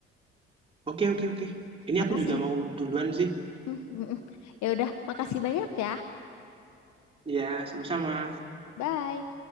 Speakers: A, on the right; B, on the left.
A: Oke, oke, oke. Ini
B: Makasih.
A: aku juga mau duluan sih.
B: Mm, mm, mm. Ya udah, makasih banyak ya.
A: Ya, sama-sama.
B: Bye.